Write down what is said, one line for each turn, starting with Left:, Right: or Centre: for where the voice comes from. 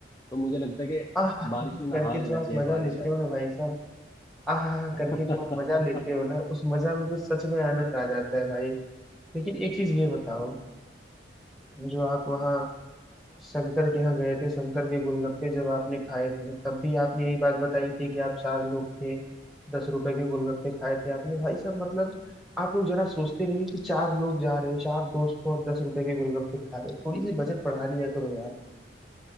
Left: तो मुझे लगता है कि
Centre: आह
Left: बारिश में नहा
Centre: करके
Left: लेना
Centre: जो आप
Left: चाहिए
Centre: मजा
Left: बारिश
Centre: लेते
Left: आए
Centre: हो
Left: <laughs>
Centre: ना भाई साहब आह
Left: क्या
Centre: करके जो आप मजा लेते हो ना उस मजा में तो सच में आनंद आ जाता है भाई लेकिन एक चीज ये बताओ जो आप वहाँ शंकर के यहाँ गए थे शंकर के गोलगप्पे जब आपने खाए थे तब भी आपने यही बात बताई थी कि आप चार लोग थे दस रुपए के गोलगप्पे खाए थे आपने भाई साहब मतलब आप लोग जरा सोचते नहीं हो कि चार लोग जा रहे हो चार दोस्त हो और दस रुपए के गोलगप्पे खा रहे हो थोड़ी सी बजट बढ़ा लिया करो यार